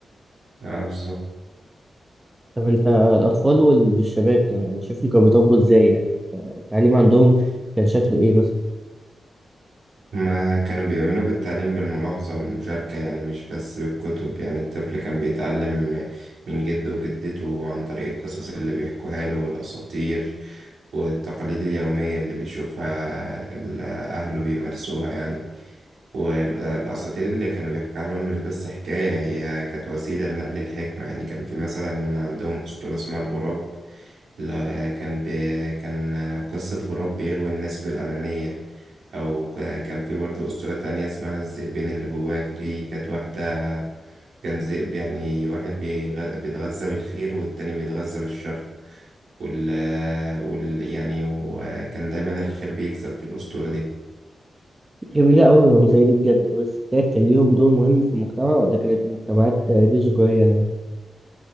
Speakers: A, on the right; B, on the right.
A: اه بالظبط
B: طب انت الاطفال وال- والشباب كمان شايفهم كانوا بيطبوا ازاي يعني التعليم عندهم كان شكله ايه مثلا
A: ما كانوا بيؤمنوا بالتعليم بالملاحظة والمشاركة يعني مش بس بالكتب يعني الطفل كان بيتعلم من جده وجدته عن طريق القصص اللي بيحكوها له والأساطير والتقاليد اليومية اللي بيشوفها ال- أهله بيمارسوها يعني والأساطير اللي كانوا بيحكيها لهم مش بس حكاية هي كانت وسيلة لنقل الحكمة يعني كان في مثلا عندهم أسطورة اسمها الغراب لا كان ب... كان قصة غراب بيغوي الناس بالأنانية أو ك- كان في برضه أسطورة تانية اسمها الذئبين اللي جواك دي كانت واحدة كان ذئب يعني واحد بيغ... بيتغذى بالخير والتاني بيتغذى بالشر وال... وال... يعني وكان دايما الخير بيكسب في الأسطورة دي
B: جميلة أوي الرمزية دي بجد طب الستات كان ليهم دور مهم في المجتمع ولا كانت المجتمعات آه، دي ذكورية دايما؟